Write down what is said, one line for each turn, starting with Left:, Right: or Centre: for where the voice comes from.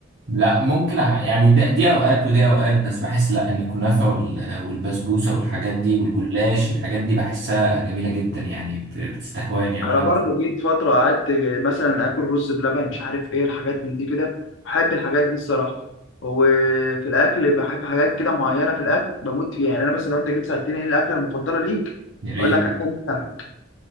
Right: لا ممكن ع- يعني دي, دي اوقات ودي اوقات بس بحس لا ان الكنافه وال- والبسبوسه والحاجات دي والجلاش الحاجات دي بحسها جميله جدا يعني بت- بتستهواني او
Left: انا
Right: انا
Left: برضو
Right: بت-
Left: جيت فتره قعدت مثلا اكل رز بلبن مش عارف ايه الحاجات من دي كده بحب الحاجات دي الصراحه وفي الاكل بحب حاجات كده معينه في الاكل بموت فيها يعني انا مثلا لو انت جيت سالتني ايه الاكله المفضله ليك
Right: يا ريت
Left: اقول لك اكل السمك